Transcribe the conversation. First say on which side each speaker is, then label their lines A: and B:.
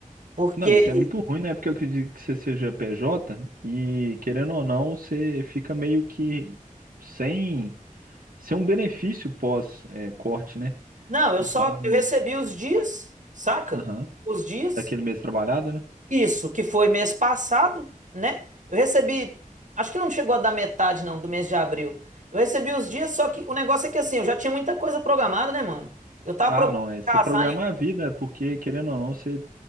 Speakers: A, on the right; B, on the right.
A: Porque
B: não, isso é muito ruim, né? Porque eu acredito que você seja PJ e, querendo ou não, você fica meio que sem, sem um benefício pós, é, corte, né?
A: Não, eu
B: Então,
A: só eu recebi os dias, saca?
B: aham,
A: Os dias.
B: daquele mês trabalhado, né?
A: Isso, que foi mês passado, né? Eu recebi, acho que não chegou a dar metade não do mês de abril. Eu recebi os dias, só que o negócio é que assim, eu já tinha muita coisa programada, né, mano? Eu tava
B: Ah,
A: programando
B: não, é você
A: casar
B: programar
A: em out-
B: a vida, é porque querendo ou não, você,